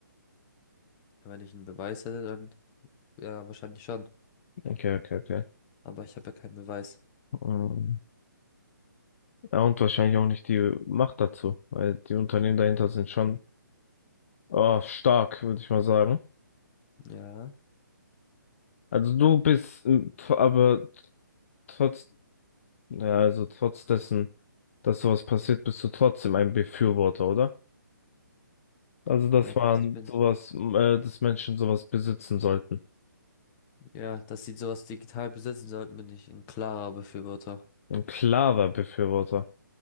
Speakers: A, on the left (about 20°); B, on the left (about 45°).
A: Ja, wenn ich einen Beweis hätte, dann ja, wahrscheinlich schon.
B: Okay, okay, okay.
A: Aber ich habe ja keinen Beweis.
B: Mhm. Ja, und wahrscheinlich auch nicht die Macht dazu, weil die Unternehmen dahinter sind schon oh, stark, würde ich mal sagen.
A: Ja,
B: Also du bist ähm, tr- aber trotz, ja, also trotz dessen, dass sowas passiert, bist du trotzdem ein Befürworter, oder? Also, dass
A: ja,
B: man
A: also ich bin,
B: sowas, äh, dass Menschen sowas besitzen sollten.
A: ja, dass sie sowas digital besitzen sollten, bin ich ein klarer Befürworter.
B: Ein klarer Befürworter.